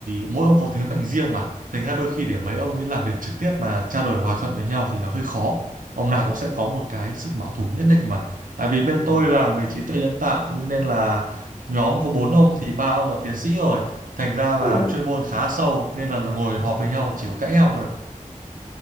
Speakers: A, on the right; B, on the left.
A: mỗi ông có thế mạnh riêng mà. Thành ra đôi khi để mấy ông ấy làm việc trực tiếp mà trao đổi hòa thuận với nhau thì nó hơi khó. Ông nào cũng sẽ có một cái sự bảo thủ nhất định mà. Tại vì bên
B: Ừ.
A: tôi làm về trí tuệ nhân tạo nên nên là nhóm có bốn ông thì ba ông là tiến sĩ rồi. Thành ra là
B: ui Ờ, rồi
A: chuyên môn khá sâu nên là ngồi
B: <laughs>
A: họp với nhau chỉ có cãi nhau thôi.